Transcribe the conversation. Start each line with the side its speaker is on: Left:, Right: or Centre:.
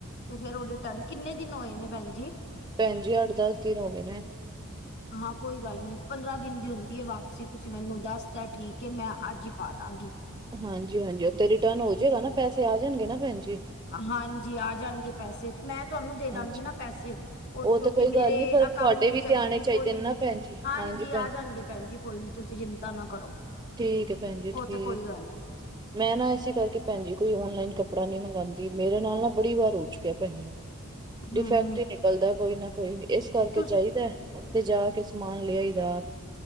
Left: ਤੇ ਫੇਰ ਉਹ ਰਿਟਰਨ ਕਿੰਨੇ ਦਿਨ ਹੋਏ ਨੇ ਭੈਣਜੀ।
Right: ਭੈਣਜੀ ਅੱਠ- ਦਸ ਦਿਨ ਹੋਗੇ ਨੇ।
Left: ਹਾਂ, ਕੋਈ ਗੱਲ ਨੀ ਪੰਦਰਾਂ ਦਿਨ ਦੀ ਹੁੰਦੀ ਏ ਵਾ ਵਾਪਸੀ, ਤੁਸੀਂ ਮੈਨੂੰ ਦੱਸ ਤਾਂ ਠੀਕ ਏ ਮੈਂ ਅੱਜ ਈ ਪਾਦਾਗੀ।
Right: ਹਾਂਜੀ- ਹਾਂਜੀ, ਉੱਥੇ ਰਿਟਰਨ ਹੋਜੇਂਗਾ ਨਾ ਪੈਸੇ ਆ ਜਾਂਣਗੇ ਨਾ ਭੈਣਜੀ।
Left: ਹਾਂਜੀ, ਆ ਜਾਣਗੇ ਪੈਸੇ ਮੈਂ ਤੁਹਾਨੂੰ ਦੇ ਦਾਂਗੀ
Right: ਅੱਛਾ
Left: ਨਾ ਪੈਸੇ। ਉਹ ਕਿਉਂਕਿ
Right: ਤਾਂ ਕੋਈ
Left: ਮੇਰੇ
Right: ਗੱਲ ਨੀ ਪਰ
Left: ਅਕਾਊਂਟ
Right: ਤੁਹਾਡੇ ਵੀ
Left: ਵਿਚ ਹੈਗੇ
Right: ਤੇ ਆਣੇ
Left: ਨੇ
Right: ਚਾਹੀਦੇ
Left: ਕੋਈ ਨੀ,
Right: ਨਾ ਭੈਣ ਜੀ
Left: ਹਾਂਜੀ
Right: ਭੈਣ
Left: ਆ
Right: ਜੀ,
Left: ਜਾਣਗੇ ਭੈਣਜੀ। ਕੋਈ ਨੀ ਤੁਸੀਂ ਚਿੰਤਾ ਨਾ ਕਰੋ?
Right: ਠੀਕ ਐ ਭੈਣਜੀ
Left: ਉਹ
Right: ਠੀਕ।
Left: ਤੇ ਕੋਈ ਗੱਲ ਨੀ
Right: ਮੈਂ ਨਾ ਇਸੇ ਕਰਕੇ ਭੈਣਜੀ ਕੋਈ ਔਨਲਾਈਨ ਕੱਪੜਾ ਨੀਂ ਮੰਗਾਦੀ, ਮੇਰੇ ਨਾਲ ਨਾ ਬੜੀ ਵਾਰ ਹੋ ਚੁੱਕਿਆ ਭੈਣਜੀ। ਡਿਫੈਕਟ
Left: ਹਮ
Right: ਈ ਨਿਕਲਦਾ ਕੋਈ ਨਾ ਕੋਈ ਇਸ ਕਰਕੇ
Left: ਤੁਸ
Right: ਜਾਈਦਾ ਤੇ ਜਾ ਕੇ ਸਮਾਨ ਲੇ ਆਈ ਦਾ।